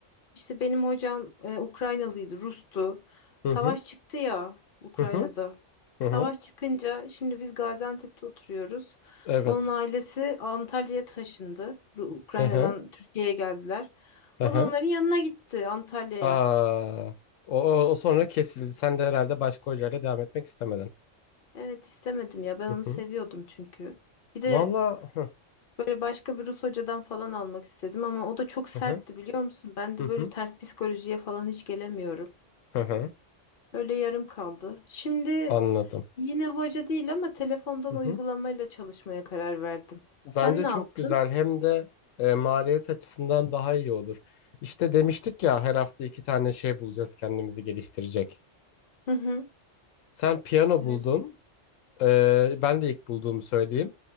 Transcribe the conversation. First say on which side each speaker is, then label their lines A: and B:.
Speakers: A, on the left; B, on the left.
A: İşte benim hocam e, Ukraynalıydı, Rus'tu. Savaş
B: Hı hı.
A: çıktı ya Ukrayna'da.
B: Hı hı. Hı
A: Savaş
B: hı.
A: çıkınca şimdi biz Gaziantep'te oturuyoruz.
B: Evet.
A: Onun ailesi Antalya'ya taşındı. Ru- Ukrayna'dan
B: Hı hı.
A: Türkiye'ye geldiler.
B: Hı
A: O
B: hı.
A: da onların yanına gitti Antalya'ya.
B: Aa. O, o, o sonra kesildi. Sen de herhalde başka hocayla devam etmek istemedin.
A: Evet istemedim ya ben
B: Hı
A: onu
B: hı.
A: seviyordum çünkü. Bir de
B: Valla. Hı
A: böyle başka bir Rus hocadan falan almak istedim ama o da çok sertti
B: hı.
A: biliyor musun? Ben de
B: Hı
A: böyle
B: hı.
A: ters psikolojiye falan hiç gelemiyorum.
B: Hı hı.
A: Öyle yarım kaldı. Şimdi
B: Anladım.
A: yine hoca değil ama telefondan
B: Hı hı.
A: uygulamayla çalışmaya karar verdim.
B: Bence
A: Sen ne
B: çok
A: yaptın?
B: güzel hem de e, maliyet açısından daha iyi olur. İşte demiştik ya her hafta iki tane şey bulacağız kendimizi geliştirecek.
A: Hı hı.
B: Sen piyano buldun.
A: Evet.
B: e, ben de ilk bulduğumu söyleyeyim.